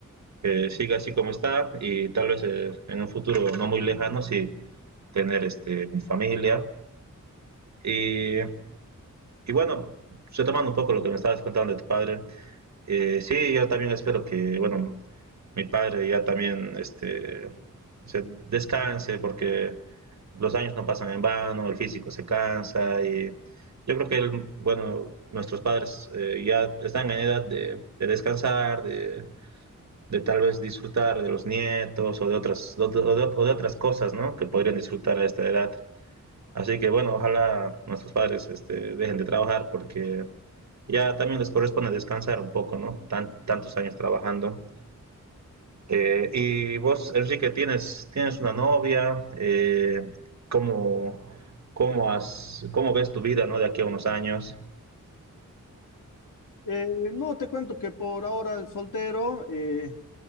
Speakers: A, on the right (about 60°); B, on the left (about 75°).
A: que siga así como está y tal vez eh, en un futuro no muy lejano sí tener este, mi familia y Y bueno, retomando un poco lo que me estabas contando de tu padre, eh, sí, yo también espero que, bueno, mi padre ya también este, se descanse porque los años no pasan en vano, el físico se cansa y yo creo que, él, bueno, nuestros padres eh, ya están en edad de, de descansar, de, de tal vez disfrutar de los nietos o de otras, o de, o de otras cosas, ¿no? Que podrían disfrutar a esta edad. Así que bueno, ojalá nuestros padres este, dejen de trabajar porque ya también les corresponde descansar un poco, ¿no? Tan, tantos años trabajando. Eh, y vos, Enrique, tienes, tienes una novia, eh, ¿cómo, cómo, has, ¿cómo ves tu vida, ¿no? De aquí a unos años.
B: Eh, no, te cuento que por ahora soltero, eh,